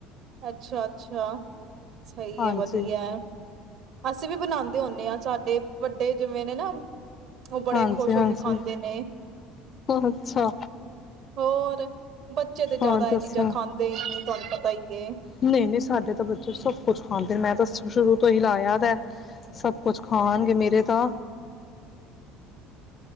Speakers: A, on the right (about 55°); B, on the left (about 40°).
A: ਅੱਛਾ। ਸਹੀ
B: ਹਾਂਜੀ
A: ਹੈ ਵਧੀਆ ਅਸੀਂ ਵੀ ਬਣਾਉਂਦੇ ਹੁੰਦੇ ਹਾਂ। ਸਾਡੇ ਵੱਡੇ ਜ ਮੇਨੇ ਨਾ ਉਹ ਬੜੇ
B: ਹਾਂਜੀ
A: ਖੁਸ਼
B: ਹਾਂਜੀ
A: ਹੋ ਕੇ ਖਾਂਦੇ ਨੇ
B: ਅੱਛਾ
A: ਹੋਰ ਬੱਚੇ ਤੇ ਜ਼ਿਆਦਾ
B: ਹੋਰ ਦੱਸੋ
A: ਇਹ ਚੀਜ਼ਾਂ ਖਾਂਦੇ ਹੀ ਨੇ। ਤੁਹਾਨੂੰ ਪਤਾ ਹੀ। ਏ
B: ਨਹੀਂ ਨਹੀਂ ਸਾਡੇ ਤਾਂ ਬੱਚੇ ਸਭ ਕੁੱਛ ਖਾਂਦੇ ਮੈਂ ਤਾਂ। ਸ਼ੁਰੂ ਤੋਂ ਹੀ ਲਾਇਆ ਤਾਂ ਸਭ ਕੁਛ ਖਾਣਗੇ ਮੇਰੇ ਤਾਂ।